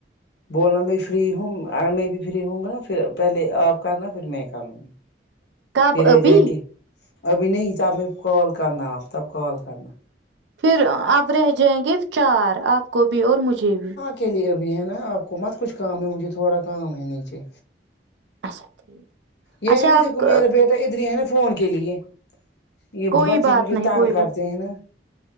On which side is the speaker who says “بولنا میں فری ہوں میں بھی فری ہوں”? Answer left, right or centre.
Left